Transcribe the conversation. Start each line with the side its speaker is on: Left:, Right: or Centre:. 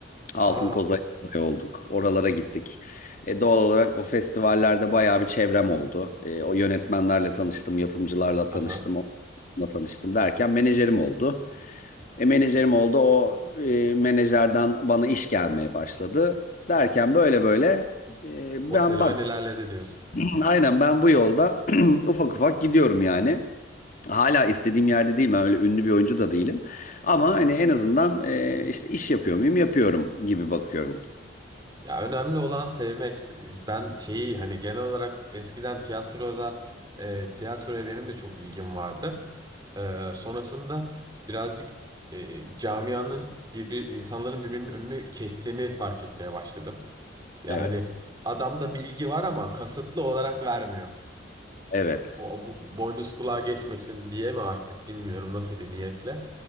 Left: Altın
Right: Aa,
Left: Koza'ya aday olduk. Oralara gittik. E, doğal olarak o festivallerde bayağı bir çevrem oldu. E, o yönetmenlerle tanıştım, yapımcılarla tanıştım,
Right: aha.
Left: onunla tanıştım derken menajerim oldu. E, menajerim oldu. O e, menajerden bana iş gelmeye başladı. Derken böyle böyle e,
Right: O
Left: ben
Right: serüven
Left: bak
Right: ilerledi diyorsun.
Left: <clears throat> aynen ben bu yolda <clears throat> ufak ufak gidiyorum yani. Hala istediğim yerde değilim. Ben öyle ünlü bir oyuncu da değilim. Ama hani en azından e, işte iş yapıyor muyum yapıyorum gibi bakıyorum.
Right: Ya önemli olan sevmek. Ben şeyi hani genel olarak eskiden tiyatroda e, tiyatroya benim de çok ilgim vardı. E, sonrasında birazcık e, camianın birbir insanların birbirinin önünü kestiğini fark etmeye başladım. Yani
Left: Evet.
Right: adamda bilgi var ama kasıtlı olarak vermiyor.
Left: Evet.
Right: Bu, bu boynuz kulağa geçmesin diye mi artık bilmiyorum nasıl bir niyetle.